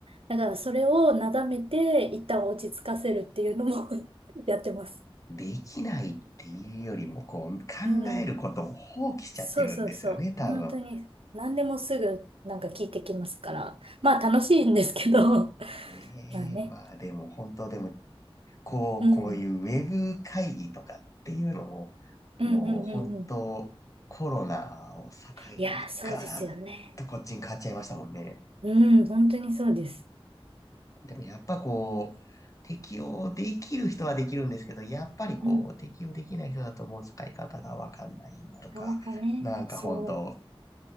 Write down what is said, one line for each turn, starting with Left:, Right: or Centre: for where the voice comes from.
Right: だからそれをなだめて、一旦落ち着かせるっていうのも <laughs> やってます。
Left: できないっていうよりも、こう、考えることを放棄しちゃってるんですよね、
Right: うん。そうそうそう。
Left: 多分。
Right: 本当に、何でもすぐなんか聞いてきますから。まあ楽しいんですけど、<laughs>
Left: ねえ、
Right: まあね。
Left: まあでも本当でも、こう、
Right: うん。
Left: こういうウェブ会議とかっていうのも、
Right: うんうんうんうん。
Left: もう本当コロナを境
Right: いやー、
Left: にガラッとこっちに変わっちゃいましたもんね。
Right: そうですよね。うん、本当にそうです。
Left: でもやっぱこう、適用できる人はできるんですけど、やっぱりこう、
Right: うん、な
Left: 適用できない人だともう使い方がわかんないとか、
Right: かなかね、
Left: なんか本当、
Right: そ